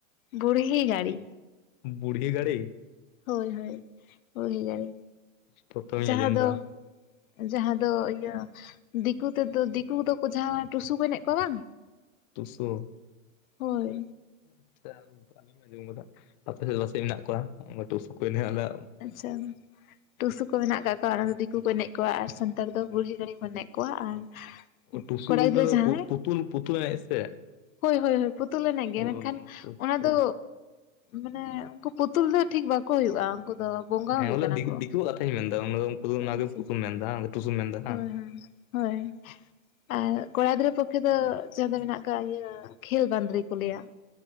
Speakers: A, on the left (about 85°); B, on the left (about 35°).
A: ᱵᱩᱲᱦᱤ ᱜᱟᱹᱲᱤ᱾
B: ᱵᱩᱲᱦᱤ ᱜᱟᱹᱲᱤ,
A: ᱦᱳᱭ ᱦᱳᱭ ᱦᱩᱭ ᱵᱩᱲᱦᱤ ᱜᱟ. ᱲᱤ,
B: ᱯᱨᱚᱛᱷᱚᱢᱤᱧ
A: ᱡᱟᱦᱟᱸ
B: ᱟᱸᱡᱚᱢ
A: ᱫᱚ
B: ᱫᱟ
A: ᱡᱟᱦᱟᱸ ᱫᱚ ᱤᱭᱟᱹ, ᱫᱤᱠᱩ ᱛᱮᱫᱚ ᱫᱤᱠᱩ ᱫᱚᱠᱚ ᱡᱟᱦᱟᱸ ᱴᱩᱥᱩ ᱠᱚ ᱮᱱᱮᱡ ᱠᱚᱣᱟ ᱵᱟᱝ?
B: ᱛᱩᱥᱩ᱾
A: ᱦᱳᱭ
B: ᱟᱪᱷᱟ ᱟᱹᱞᱤᱧ ᱟᱸᱡᱚᱢ ᱠᱟᱫᱟ ᱟᱯᱮ ᱥᱮᱫ ᱯᱟᱥᱮᱡ ᱢᱮᱱᱟᱜ ᱠᱚᱣᱟ ᱴᱩᱥᱩ ᱠᱚ ᱮᱱᱮᱡ ᱟ ᱟᱞᱮ,
A: ᱟᱪᱷᱟ, ᱴᱩᱥᱩ ᱠᱚ ᱢᱮᱱᱟᱜ ᱠᱟᱫ ᱠᱚᱣᱟ ᱚᱱᱟ ᱫᱚ ᱫᱤᱠᱩ ᱠᱚ ᱮᱱᱮᱡ ᱠᱚᱣᱟ᱾ ᱟᱨ ᱥᱟᱱᱛᱟᱲ ᱫᱚ ᱵᱩᱲᱦᱤ ᱜᱟᱹᱲᱤ ᱠᱚ ᱮᱱᱮᱡ ᱠᱚᱣᱟ ᱟᱨ,
B: ᱴᱩᱥᱩ
A: ᱠᱚᱲᱟ
B: ᱵᱚᱞᱛᱮ
A: ᱜᱤᱫᱽᱨᱟᱹ
B: ᱫᱚ
A: ᱡᱟᱦᱟᱸᱭ
B: ᱯᱩᱛᱩᱞ ᱯᱩᱛᱩᱞ ᱮᱱᱮᱡ ᱥᱮ?
A: ᱦᱳᱭ ᱦᱳᱭ ᱯᱩᱛᱩᱞ ᱮᱱᱮᱡ ᱜᱮ,
B: ᱚ
A: ᱢᱮᱱᱠᱷᱟᱱ
B: ᱯᱩᱛᱩᱞ
A: ᱚᱱᱟ ᱫᱚ, ᱢᱟᱱᱮ ᱩᱱᱠᱩ ᱯᱩᱛᱩᱞ ᱫᱚ ᱴᱷᱤᱠ ᱵᱟᱠᱚ ᱦᱩᱭᱩᱜᱼᱟ ᱾ ᱩᱱᱠᱩ ᱫᱚ, ᱵᱚᱸᱜᱟ
B: ᱦᱮᱸ
A: ᱜᱮ
B: ᱵᱚᱞᱮ
A: ᱠᱟᱱᱟ
B: ᱫᱤᱠ,
A: ᱠᱚ᱾
B: ᱫᱤᱠᱩᱣᱟᱜ ᱠᱟᱛᱷᱟᱧ ᱢᱮᱱ ᱮᱫᱟ᱾ ᱛᱳᱵᱮ ᱚᱱᱟ
A: ᱟᱪᱪᱷᱟ᱾
B: ᱜᱮ ᱯᱩᱛᱩ ᱢᱮᱱᱫᱟ ᱴᱩᱥᱩᱢ ᱢᱮᱱᱫᱟ ᱵᱟᱝ?
A: ᱦᱳᱭ ᱦᱳᱭ ᱦᱳᱭ ᱟᱨ ᱠᱚᱲᱟ ᱜᱤᱫᱽᱨᱟᱹ ᱯᱚᱠᱷᱮ ᱫᱚ ᱡᱟᱦᱟᱸ ᱫᱚ ᱢᱮᱱᱟᱜ ᱠᱟᱫᱟ ᱤᱭᱟᱹ, ᱠᱷᱮᱞ ᱵᱟᱸᱫᱽᱨᱤ ᱠᱚ ᱞᱟᱹᱭᱟ᱾